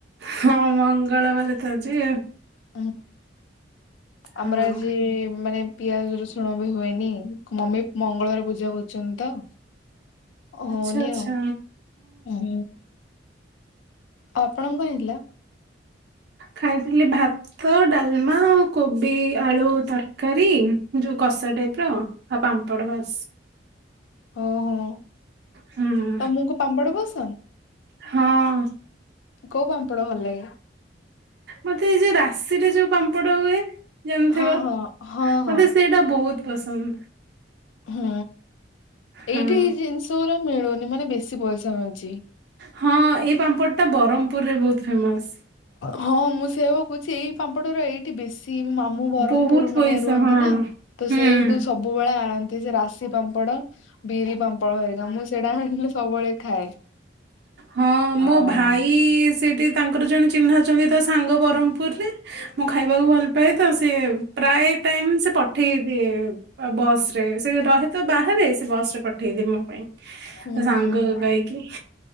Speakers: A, on the right (about 60°); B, on the left (about 80°).
A: ହଁ ମଙ୍ଗଳବାର ତ ଆଜି।
B: ହ
A: ହଁ।
B: ଆମର ଆଜି ମାନେ ପିଆଜ ରଶୁଣ ବି ହୁଏନି ମମି ମଙ୍ଗଳବାର ପୂଜା କରୁଛନ୍ତି ତ? ହଉନିଅ
A: ଆଚ୍ଛା ଆଚ୍ଛା
B: ହଁ। ଉ ଆପଣଙ୍କ କଣ ହେଇଥିଲା?
A: ଖାଇଥିଲି ଭାତ ଡାଲ ମା କୋବି ଆଳୁ ତରକାରୀ ଯୋଉ କଷା ଟାଇପ ର ହଁ ପାମ୍ପଡ଼ ବାସ୍।
B: ଓହୋ
A: ହୁଁ।
B: ତମକୁ ପାମ୍ପଡ ପସନ୍ଦ?
A: ହଁ।
B: କୋଉ ପାମ୍ପଡ ଭଲ ଲାଗେ?
A: ମତେ ଏଇ ଯୋଉ ରାଶିରେ ଯୋଉ ପାମ୍ପଡ ହୁଏ ଜାଣିଥିବ
B: ହଁ ହଁ ହଁ ହଁ
A: ମତେ ସେଇଟା ବହୁତ ପସନ୍ଦ।
B: ହୁଁ
A: ହଁ
B: ଏଇଠି ଏଇ ଜିନିଷ ପୁରା ମିଳୁନି ମାନେ ବେଶୀ ପଇସା ମିଳୁଛି।
A: ହଁ ଏଇ ପାମ୍ପଡ଼ ଟା ବ୍ରହ୍ମପୁର ରେ ବହୁତ ଫେମସ।
B: ହଁ ମୁଁ ସେୟାବା କହୁଛି ଏଇ ପାମ୍ପଡର ଏଇ ଠି ବେଶୀ ମାମୁଁ ବ୍ରହ୍ମପୁର
A: ବହୁତ
B: ମାନେ
A: ପଇସା
B: ରୁହନ୍ତି
A: ହଁ
B: ନା ତ
A: ହୁଁ।
B: ସେଠୁ ସବୁ ସବୁବେଳେ ଆଣନ୍ତି ସେ ରାଶି ପାମ୍ପଡ ବିରି ପାମ୍ପଡ ହେରିକା ମୁଁ ସେଇଟା ଆଣିଲି ସବୁବେଳେ ଖାଏ।
A: ହଁ
B: ହଁ।
A: ମୋ ଭାଇ ସେଠି ତାଙ୍କର ଜଣେ ଚିହ୍ନା ଅଛନ୍ତି ତା ସାଙ୍ଗ ବ୍ରହ୍ମପୁ ପୁରରେ
B: ହୁଁ।
A: ମୁଁ ଖାଇବାକୁ ଭଲ ପାଏ ତ ସିଏ ପ୍ରାୟ ଟାଇମ ସେ ପଠେଇ ଦିଏ। ବସ ରେ ସେ ରହେତ ବାହାରେ ସେ ବସରେ ପଠେଇ ଦିଏ ମୋ ପାଇଁ
B: ହୁଁ।
A: ତା ସାଙ୍ଗ କହିକି